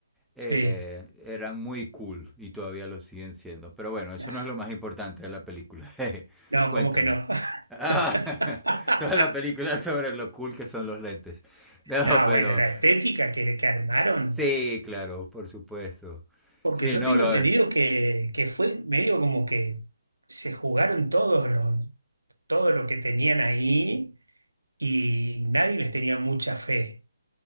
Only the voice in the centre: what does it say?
Eh,
eran muy cool y todavía lo siguen siendo. Pero bueno, eso
no es lo más importante de la película. <laughs>
Cuéntame.
Ah,
<laughs> toda la película sobre lo cool que son los lentes. No,
pero
sí, claro, por supuesto.
Sí,
no,
lo,